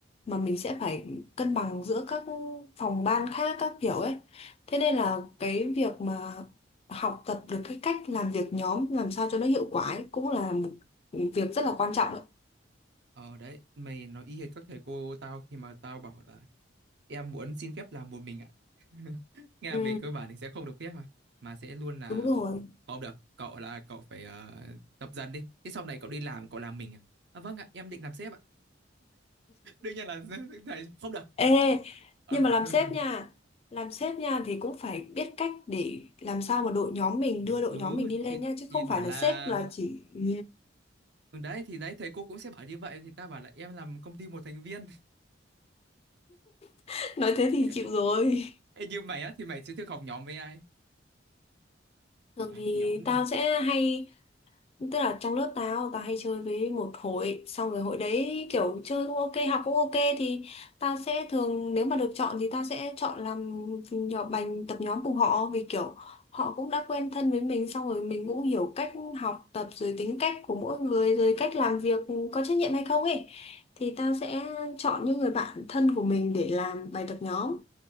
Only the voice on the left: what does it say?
mà mình sẽ phải cân bằng giữa các phòng ban khác các kiểu ấy thế nên là cái việc mà học tập được cái cách làm việc nhóm làm sao cho nó hiệu quả ấy, cũng là một việc rất là quan trọng đấy.
Ừ,
đúng rồi.
Ê,
nhưng mà làm
sếp nha, làm sếp nha thì cũng phải biết cách để làm sao mà đội nhóm mình đưa
đội
nhóm mình đi lên
nha, chứ
không
phải là
sếp là chỉ ừ.
<laughs> Nói thế thì
chịu rồi.
Thường
thì
tao sẽ hay Tức là trong lớp tao, tao hay chơi với một hội, xong rồi hội đấy kiểu chơi cũng ok, học cũng ok thì tao sẽ thường nếu mà được chọn thì tao sẽ chọn làm nhỏ bành tập nhóm cùng họ vì kiểu họ cũng đã quen thân với mình xong rồi mình cũng hiểu cách học tập rồi tính cách của mỗi người rồi cách làm việc có trách nhiệm hay không ấy. Thì tao sẽ chọn những người bạn thân của mình để làm bài tập nhóm.